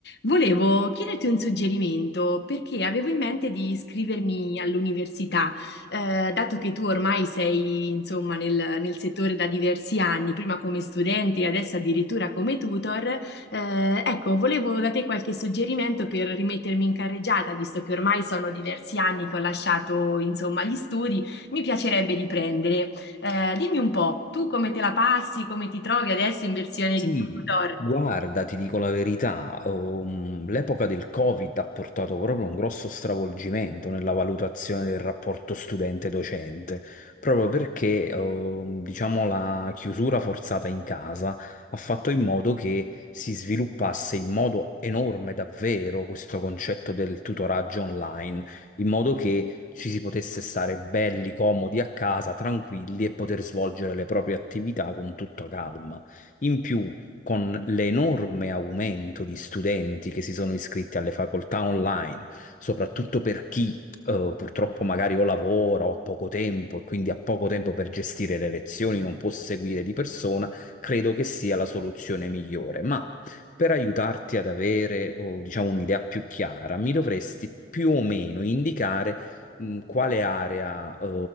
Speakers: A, on the left; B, on the left.
A: Volevo chiederti un suggerimento perché avevo in mente di iscrivermi all'università, Eh, dato che tu ormai sei, insomma, nel, nel settore da diversi anni, prima come studente e adesso addirittura come tutor. Eh, ecco, volevo da te qualche suggerimento per rimettermi in carreggiata, visto che ormai sono diversi anni che ho lasciato, insomma, gli studi. Mi piacerebbe riprendere. Eh, dimmi un po', tu come te la passi, come ti trovi adesso in versione
B: Sì,
A: di Tudor?
B: guarda, ti dico la verità, um, l'epoca del Covid ha portato proprio un grosso stravolgimento nella valutazione del rapporto studente-docente, proprio perché, um, diciamo, la chiusura forzata in casa ha fatto in modo che si sviluppasse in modo enorme davvero questo concetto del tutoraggio online, in modo che ci si potesse stare belli, comodi a casa, tranquilli e poter svolgere le proprie attività con tutta calma. In più, con l'enorme aumento di studenti che si sono iscritti alle facoltà online, soprattutto per chi eh, purtroppo magari o lavora o ha poco tempo e quindi ha poco tempo per gestire le lezioni, non può seguire di persona, credo che sia la soluzione migliore. Ma per aiutarti ad avere, oh, diciamo, un'idea più chiara, mi dovresti più o meno indicare mh, quale area eh,